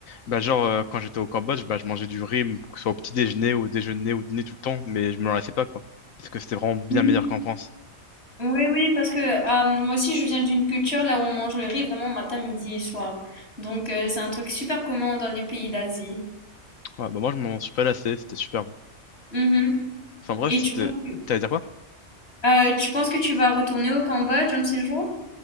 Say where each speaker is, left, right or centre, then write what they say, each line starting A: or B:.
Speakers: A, on the left; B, on the left.
A: Bah, genre, euh, quand j'étais au Cambodge, bah, je mangeais du riz, pour que ce soit au petit déjeuner, au déjeuner, au dîner tout le temps, mais je me lassais pas, quoi. Parce que c'était vraiment bien
B: Oui,
A: meilleur qu'en France.
B: oui, oui, parce que euh, moi aussi, je viens d'une culture là où on mange le riz vraiment matin, midi et soir. Donc euh, c'est un truc super commun dans les pays d'Asie.
A: Ouais, bah, moi, je m'en suis pas lassé, c'était super bon.
B: Mhm.
A: Enfin, bref,
B: Et
A: c'était.
B: tu penses que,
A: T'allais dire quoi?
B: euh, tu penses que tu vas retourner au Cambodge un de ces jours?